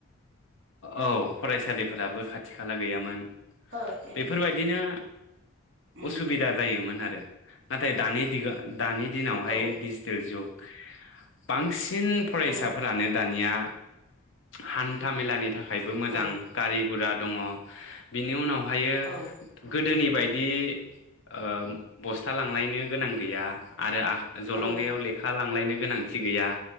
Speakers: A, on the left; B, on the right.
A: औ फरायसालिफोराबो खाथि खाला गैयामोन।
B: ओ दे
A: बेफोरबायदिनो
B: दे उम
A: उसुबिदा जायोमोन आरो। नाथाय दानि दिगा दानि दिनावहाय
B: औ
A: डिजिटेल जुग बांसि सिन फरायसाफोरानो
B: उम
A: दानिया हान्था मेलानि फ्रायबो मोजां
B: औ
A: गारि गुरा दङ बिनि उनाव हायो
B: औ
A: गोदोनि बाय दि ओ बस्था लांलायनो गोनां गैया आरो आ जलंगायाव
B: औ
A: लेखा लांलायनो गोनांथि गैया।